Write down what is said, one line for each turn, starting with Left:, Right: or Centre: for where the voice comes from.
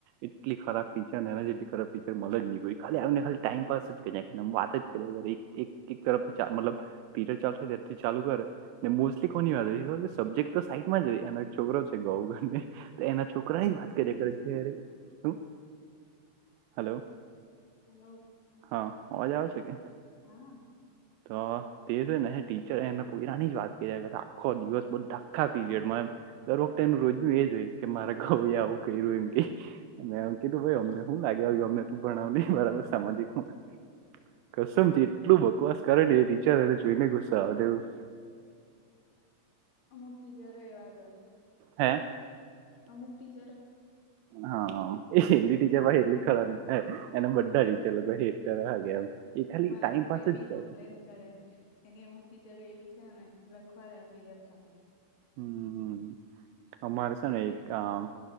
Right: એટલી ખરાબ
Left: હા હા
Right: ટીચર ને એના જેટલી ખરાબ ટીચર મલે જ ની કોઈ ખાલી આવીને ખાલી ટાઈમપાસ જ કર્યા ને આમ વાત જ કર્યા કરે એક એક એક તરફ ચ મતલબ પીરિયડ ચાલુ થાય ત્યારથી ચાલુ કરે ને મોસ્ટલી કોની વાત હોય એ ખબર કે સબજેક્ટ તો સાઈડ માં જ રેય એનો એક છોકરો છે ગો <unintelligible> તો એના છોક છોકરાની જ વાત
Left: શેની
Right: કર્યા કરે
Left: શેની
Right: જ્યારે શુ હલો
Left: હલો.
Right: હા અવાજ આવે છે કે.
Left: હા.
Right: તો તે છે ને હે ટીચર એના પોયરાની જ વાત કર્યા કરે આખો દિવસ બધ આખા પીરિયડમાં દર વખ તેનું રોજનુ એજ હોય કે મારા ગવુ એ આવું કર્યું એમ કેય ને એમ કીધું ભાઈ અમને હું લાગે વરગે અમ ને તુ ભણાવની બરાબર સામાજિકમાં કસમથી એટલું બકવાસ કરે ને એ ટી ચર એને જોઈને ગુસ્સો આવે તેવું
Left: અમુક ટીચરો એવા જ હોય.
Right: હે
Left: અમુક ટીચ
Right: હા એલી ટીચર પાહી એટલી ખરાબ હ એના બધા ટીચર લોકો હેઠ કરે હકે એમ એ ખાલી
Left: મારા
Right: ટાઈમ
Left: ભાઈ
Right: પાસ જ
Left: બી
Right: કરે
Left: કમ્પ્લેન કરે એની અમુક ટીચર એવી છે ને લખવા જ આપી દે ખાલી
Right: હમ્મ અમારે છે ને એક આમ